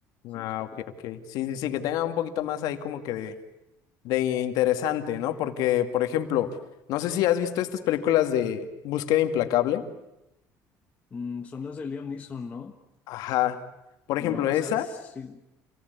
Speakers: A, on the left (about 20°); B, on the left (about 65°).
A: ¿Sí
B: Ah,
A: me explico?
B: ok, ok. Sí, sí, sí, que tenga un poquito más ahí como que de, de interesante, ¿no? Porque, por ejemplo, no sé si has visto estas películas de Búsqueda Implacable.
A: Mm, son las de Liam Neeson, ¿no?
B: Ajá. Por
A: No,
B: ejemplo,
A: o
B: esa,
A: sea, sí,